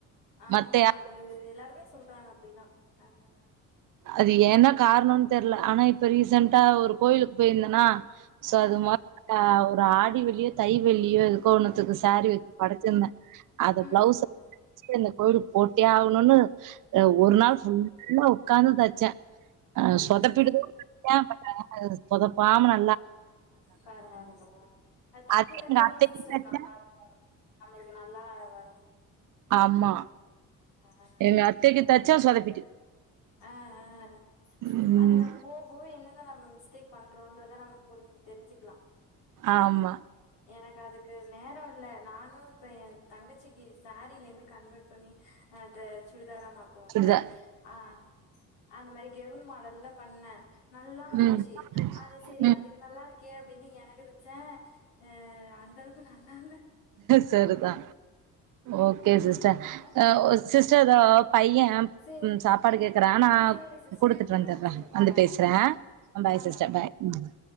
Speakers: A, on the left (about 85°); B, on the right (about 55°).
A: ஆமா
B: மத்த யா
A: அது எல்லாருமே சொல்றாங்க அப்டிதா அ அ
B: அது ஏன்ன கார்ணோன் தெர்ல ஆனா இப்ப ரீசென்டா ஒரு கோயிலுக்கு போயிருந்தேன்னா சோ
A: ஆ
B: அது மாரி க ஒரு ஆடி வெள்ளியோ தை வெள்ளியோ எது கோ ஒன்னுத்துக்கு சாரீ வச்சி படச்சிருந்தே அத
A: ம்
B: பிளவுஸ் தச்சி இந்த கோவில்கு போடே ஆவுணுன்னு ஒரு
A: ஆ
B: நாள் ஃபுல் லா உக்காந்து தச்ச அ
A: ஆ ஆ
B: சொதப்பிடுது <inaudible> சொதப்பாம நா
A: பரவால்ல பரவால்ல அது தக்கே
B: அதே
A: தக்கேதா
B: எங்க அத்தைக்கு
A: சிஸ்டர்
B: தச்சே
A: நல்லா இருக் கு நம்மள்க்கு நல்லா வரு
B: ஆமா
A: ஆ ஆ
B: எங்க அத்தக்கி தச்சா சொதப்பிட்டு
A: ஆ ஆ ஆ
B: ம்
A: அது நமக் போவ போவ என்னென்ன நம்ம மிஸ்டேக் பண்றோன்றத நம் புரிஞ் தெரிஞ்சிக்கலா
B: ஆமா
A: எனக்கு அதுக்கு நேரோ இல்ல நானு இப்ப என் தங்கச்சிக்கி சாரிலிந்து கன்வெர்ட் பண்ணி அத சுடிதாரா மாத் துவோல்ல
B: சுடிதா
A: ஆ அந்த மாரி கெவுன் மாடல்ல பண்ண நல்லா வந்துச்சு
B: ம்
A: அத செரி
B: ம்
A: அதுக் கு நல்லா இருக்கே அப்டின்னு எனக்கு தச்ச அ அந்தளவுக்கு நல்லால்ல
B: செரிதா ஓகே சிஸ்டர்,
A: ஆ
B: அ ஒ சிஸ்டர் தோ பைய
A: சேரி
B: ம் சாப்பாடு கேக்குறா நா
A: ஆ சேரி சிஸ்டர்
B: குடுத்துட் வந்துற்றே
A: ஆ சேரி
B: வந்து
A: பாய்
B: பேசுற
A: சிஸ்டர் ஆ
B: பாய்
A: ஆ
B: சிஸ்டர் பாய் ம்